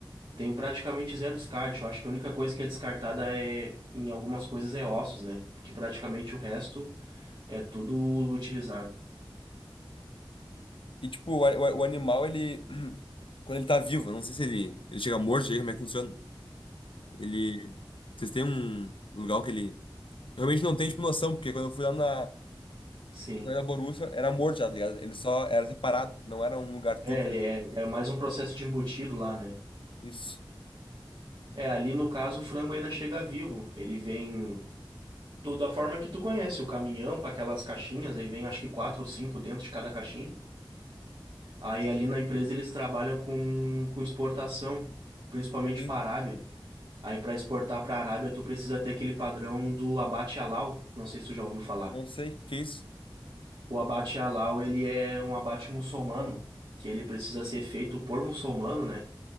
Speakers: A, on the right; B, on the left.
A: tem praticamente zero descarte. Eu acho que a única coisa que é descartada é, em algumas coisas é ossos, né? Porque praticamente o resto é tudo utilizado.
B: E, tipo, o, a- o, a- o animal, ele... <clears throat> Quando ele tá vivo, eu não sei se ele, ele chega morto, chega, como é que funciona? Ele... Vocês têm um lugar que ele... Eu realmente não tenho, tipo, noção, porque quando eu fui lá na...
A: Sim.
B: Mas a Borussia era morto já, tá ligado? Ele só era separado, não era um lugar tudo.
A: É, ele é, é mais um processo de embutido lá, né?
B: Isso.
A: É, ali no caso o frango ainda chega vivo. Ele vem do- da forma que tu conhece, o caminhão com aquelas caixinhas, aí vem acho que quatro ou cinco dentro de cada caixinha. Aí ali na empresa eles trabalham com, com exportação, principalmente
B: Sim.
A: para a Arábia. Aí para exportar para a Arábia tu precisa ter aquele padrão do abate halal, não sei se tu já ouviu falar.
B: Não sei que é isso.
A: O abate halal ele é um abate muçulmano, que ele precisa ser feito por muçulmano, né?